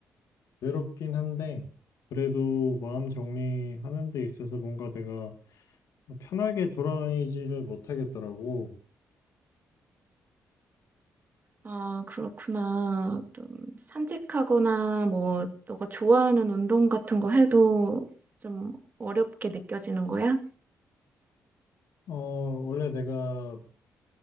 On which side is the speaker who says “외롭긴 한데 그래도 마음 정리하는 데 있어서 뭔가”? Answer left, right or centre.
Left